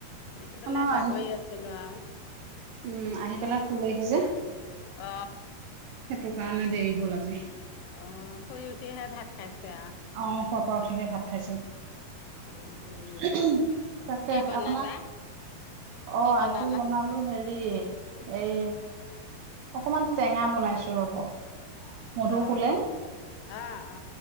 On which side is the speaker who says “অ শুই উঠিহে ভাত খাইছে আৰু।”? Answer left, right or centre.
Left